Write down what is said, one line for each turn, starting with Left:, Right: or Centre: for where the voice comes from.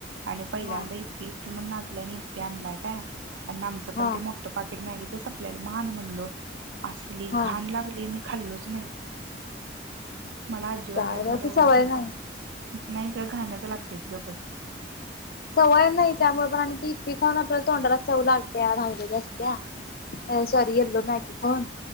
Right: आणि पहिल्यांदा
Left: हा
Right: हिप्पी हिप्पी म्हणून पी आणलाय काय आमचं
Left: हा
Right: पण ते मोठं पाकेट मॅगीच संपल्याला म आन म्हणलो असली
Left: हा
Right: घाण लागली मी खाल्लोच नाही मला आज जीवान
Left: काय र
Right: तुम्हाला
Left: ती
Right: एवढ्या
Left: सवय
Right: बुखा
Left: नाही
Right: आहे नाही गं घाणच लागतयं ग बस
Left: सवय नाही त्यामुळे पण आणि ती हिप्पी आपल्याला तोंडाला चव लागत्या राहिलेल्या असत्या अ सॉरी एल्लो मॅग खाऊन